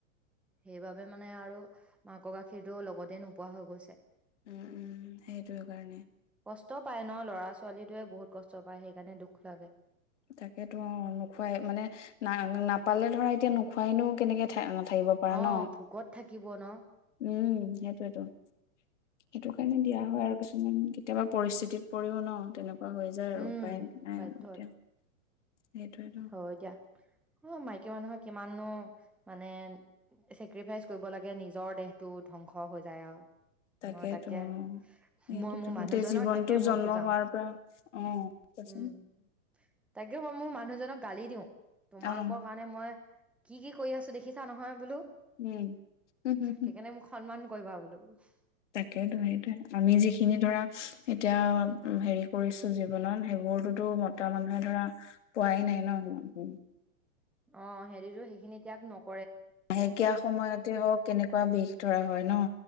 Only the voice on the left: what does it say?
উম, উম সেইটোয়ে কাৰণে।
তাকেতো অ', নোখোৱাই মানে না নাপালে ধৰা এতিয়া নোখোৱাইনো কেনেকে নাথাকিব পাৰা
ন
উম, সেইটোয়েইটো। সেইটো কাৰণে দিয়া হয় আৰু কিছুমান। উম, কেতিয়াবা পৰিস্থিতিত পৰিও ন তেনেকুৱা। অ হৈ যায়
আৰু উপায় নাই
আৰু এতিয়া। সেইটোয়েতো
তাকেইতো
অ, সেইটোয়েইটো।
গোটেই জীৱনটো
জন্ম
হোৱাৰ পৰা, অ', কোৱাচোন।
অ
উম উম, হুম, হুম,
তাকেইতো সেইটোয়ে আমি যি খিনি ধৰা এতিয়া হেৰি কৰিছো জীৱনত সেইবোৰতো। টো মতা
মানুহে ধৰা পোৱাই নাই ন
মাহেকীয়া সময়তে হওক কেনেকুৱা বিষ ধৰা হয় ন